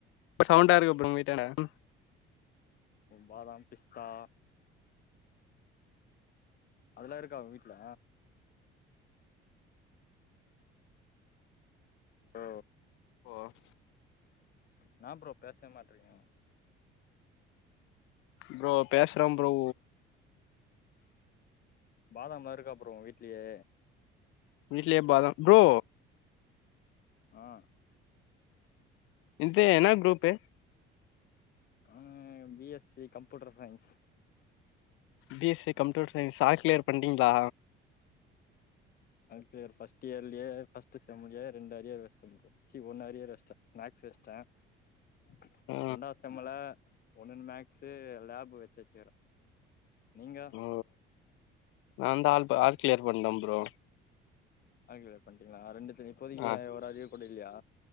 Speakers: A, on the left; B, on the left.
A: சவுண்டா இருக்கு அப்புறம் உ வீட்ட <unintelligible>
B: பாதாம் பிஸ்தா அதெல்லாம் இருக்கா அவ வீட்ல ஓ
A: போ <unintelligible>
B: என்னா ப்ரோ பேசவே மாட்றிங்க
A: ப்ரோ பேசுறம் ப்ரோ
B: பாதாம் இருக்கா ப்ரோ உங்க வீட்லயே
A: வீட்லயே பாதாம் ப்ரோ
B: ஆஹ
A: இந்து என்னா குரூபே
B: ஆஹ BSc computer science
A: BSc computer science all clear பண்டீங்களா
B: கிளியர் ஃர்ஸ்ட் இயர்லயேஃபர்ஸ்ட் செம்லே ரெண்ட ஆர் இயர்ஸி ஒன்னார் இயர்ஸ்டேன் மேக்ஸ் வேஸ்டேன் <unintelligible>
A: ஆ
B: ரெண்டாவசம்ல ஒன்னு மேக்ஸு லேப் வச்ச வச்சுக்கறேன் நீங்க
A: ஓ நா வந்து ஆல் ஆல் கிளியர் பண்டேன் ப்ரோ
B: ஆல் கிளியர் பண்டீங்களா ரெண்டு இப்போதியைய
A: ஆ
B: ஒருராஜ <unintelligible> அப்படி இல்லையா